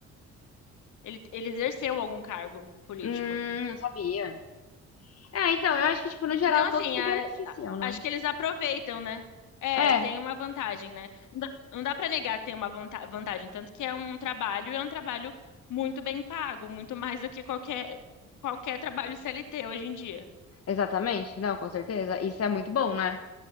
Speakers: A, on the left; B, on the left.
A: ele, ele exerceu algum cargo político.
B: Hum, não sabia. É, então, eu acho que, tipo, no geral,
A: Então, assim,
B: todos se
A: a-
B: beneficiam,
A: a-
B: né?
A: acho que eles aproveitam, né? É,
B: É,
A: tem uma vantagem, né? Não dá, não dá para negar que tem uma vanta- vantagem, tanto que é um trabalho, e é um trabalho muito bem pago, muito mais do que qualquer, qualquer trabalho CLT hoje em dia.
B: exatamente. Não, com certeza. Isso é muito bom, né?